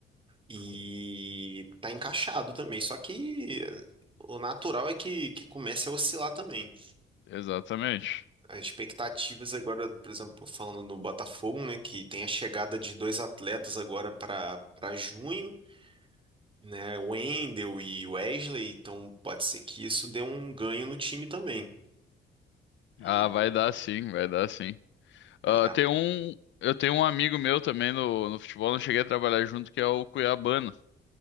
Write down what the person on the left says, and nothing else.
exatamente.
Ah, vai dar sim, vai dar sim. Ah,
tem um, eu tenho um amigo meu também no, no futebol, não cheguei a trabalhar junto, que é o Cuiabano.